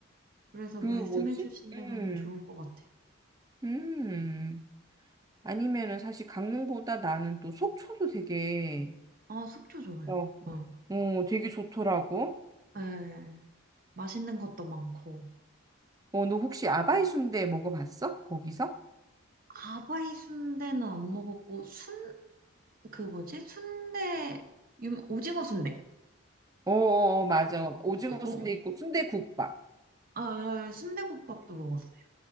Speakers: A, on the right; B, on the right.
A: 그래서
B: 그
A: 말씀해주신
B: 뭐지? 음,
A: 데 가면 좋을 것 같아요.
B: 음. 아니면은 사실 강릉보다 나는 또 속초도 되게,
A: 아, 속초 좋아요.
B: 어,
A: 어.
B: 어, 되게 좋더라고.
A: 네, 맛있는 것도 많고.
B: 어, 너 혹시 아바이 순대 먹어봤어? 거기서?
A: 아바이 순대는 안 먹었고, 순, 그 뭐지? 순대, 유, 오징어 순대.
B: 어, 어, 어, 맞아. 오징어
A: 어, 어,
B: 순대
A: 어.
B: 있고 순대국밥.
A: 아, 예, 순대국밥도 먹었어요.